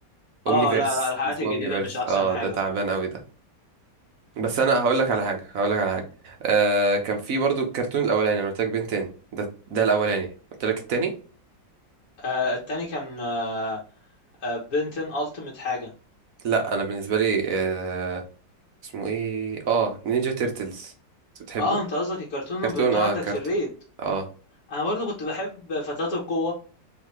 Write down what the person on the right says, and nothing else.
اومني
فيرس
اسمه
اومني فيرس
اه
ده تعبان قوي ده بس انا هقول لك على حاجه هقول لك على حاجه آه كان في برضو الكرتون الاولاني انا قلت لك بنتين ده ده الاولاني قلت لك التاني
لا انا بالنسبه لي آه اسمه ايه اه نينجا تيرتلز بتحبه
كرتون
اه
كرتون
اه